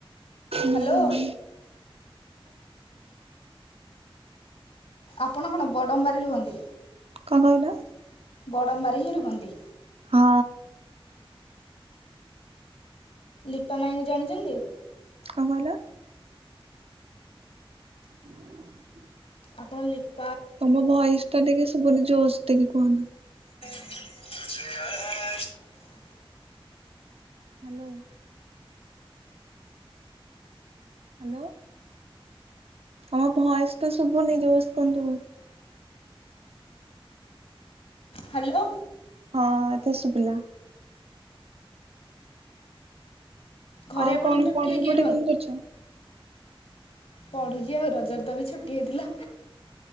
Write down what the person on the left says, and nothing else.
ହ୍ୟାଲୋ
ଆପଣ କଣ ବଡ଼ମ୍ବାରେ ରୁହନ୍ତି।
ବଡମ୍ବାରେ ହିଁ ରୁହନ୍ତି।
ଦିପା ମାଇଙ୍କୁ ଜାଣିଚନ୍ତି?
ଆପଣ ଲଖ
<unintelligible>
ହାଲୋ।
ଘରେ
ଆପଣଙ୍କର
କିଏ କିଏ
ପଢୁଛି ଆଉ ରଜର ତ ବି ଛୁଟି ହେଇଥିଲା।